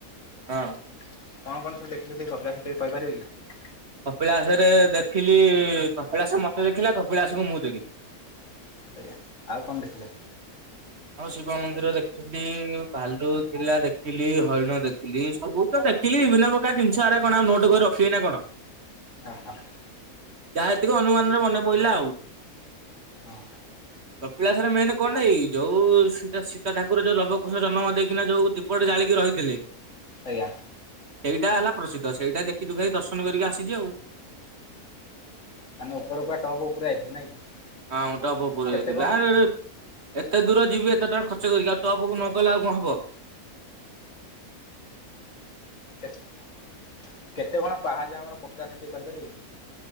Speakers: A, on the right; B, on the left.
A: ହଁ
B: କଣ କଣ ସବୁ ଦେଖିଲେ ସେଇ କପିଳାସରେ ଟିକେ କହିପାରିବେ କି?
A: କପିଳାସରେ ଦେଖିଲି କପିଳାସ ମତେ ଦେଖିଲା କପିଳାସକୁ ମୁଁ ଦେଖିଲି।
B: ଆଜ୍ଞା ଆଉ କଣ ଦେଖିଲେ?
A: ଆଉ ଶିବ ମନ୍ଦିର ଦେଖି ଠି ଭାଲୁ ଥିଲା ଦେଖିଲି ହରିଣ ଦେଖିଲି ସବୁ ତ ଦେଖିଲି ବିଭିନ୍ନ ପ ଙ୍କା ଜିନିଷ ହେରା କଣ ଆଉ ନୋଟ କରି ରଖିବି ନା କଣ?
B: ଅ ହ
A: ଯାହା ଯେତିକ ଅନୁମାନରେ ମନେ ପଇଲା ଆଉ।
B: ହଁ
A: କପିଳାସରେ ମେନ୍ କଣ ନା ଏଇ ଯୋଉ ସୀତା ସୀତା ଠାକୁର ଯୋଉ ଲବ, କୃଶ ଜନମ ଦେଇକିନା ଯୋଉ ଦୀପଟେ ଜାଳିକି ରହିଥିଲେ।
B: ଆଜ୍ଞା।
A: ସେଇଟା ହେଲା ପ୍ରସିଦ୍ଧ ସେଇଟା ଦେଖି ଦୁଖାଇ ଦର୍ଶନ କରିକି ଆସିଜି ଆଉ।
B: ତାହାନେ ଉପର ପା ଟପ ଉପରେ ଆଇଥେ ନାଇଁ କି?
A: ହଁ ମୁଁ ଟପ ଉପରକୁ
B: କେତେ
A: ଯାଉଥିଲୁ
B: କଣ
A: ଆରେ ରେ ଏତେ ଦୂର ଯିବି ଏତେ ଟଙ୍କା ଖର୍ଚ୍ଚ କରିକି ଆଉ ଟପକୁ ନଗଲେ ଆଉ କଣ ହବ।
B: କେତେ କଣ ପାହାଚ ଆମର କପିଳାସ ଟିକେ କହିପାରିବେ କି?